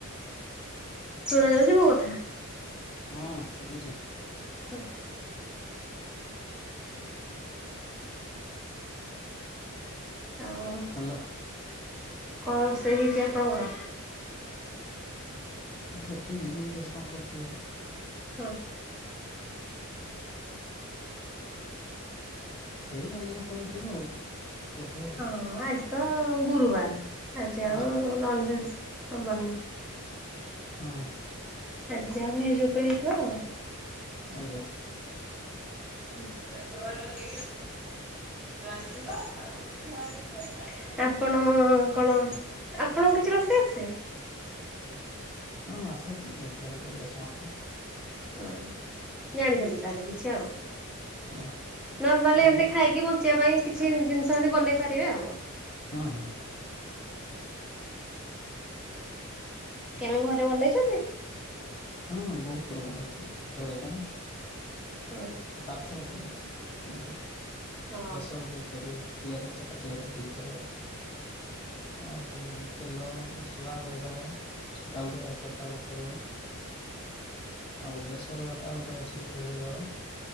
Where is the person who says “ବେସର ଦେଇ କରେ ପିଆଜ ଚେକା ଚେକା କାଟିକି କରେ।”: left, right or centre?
Left